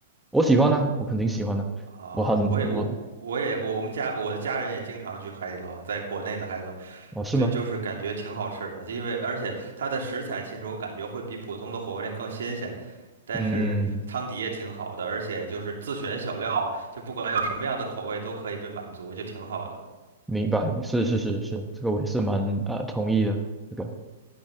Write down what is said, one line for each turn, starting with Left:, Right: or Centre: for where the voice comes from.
Centre: 我喜欢呢，我肯定喜欢呢，
Right: 啊，
Centre: 我很我
Right: 我也我我也我我们家我的家人也经常去海底捞，在国内的海底捞。
Centre: 我是吗？
Right: 对，就是感觉挺好吃的，因为而且它的食材其实我感觉会比普通的火锅店更新鲜，但是汤底也挺好的，
Centre: 嗯，
Right: 而且就是自选小料，就不管有什么样的口味都可以被满足，就挺好的。
Centre: 明白，是是是是，这个我也是蛮呃同意的，这个